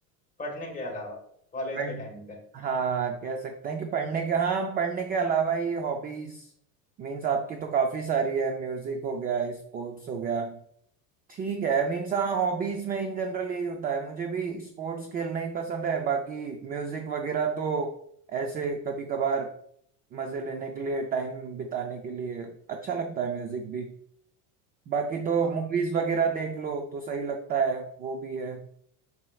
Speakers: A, on the left (about 20°); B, on the right (about 25°).
A: पढ़ने के अलावा कॉलेज
B: पढ़
A: के टाइम पे
B: हाँ कह सकते हैं कि पढ़ने के हाँ पढ़ने के अलावा ये हॉबीज मीन्स आपकी तो काफी सारी है म्यूजिक हो गया स्पोर्ट्स हो गया ठीक है मीन्स हाँ हॉबीज में इन जनरल यही होता है मुझे भी स्पोर्ट्स खेलना ही पसंद है बाकी म्यूजिक वगैरह तो ऐसे कभी कभार मजे लेने के लिए टाइम बिताने के लिए अच्छा लगता है म्यूजिक भी बाकी तो
A: हाँ,
B: मूवीज वगैरह देख लो तो सही लगता है वो भी है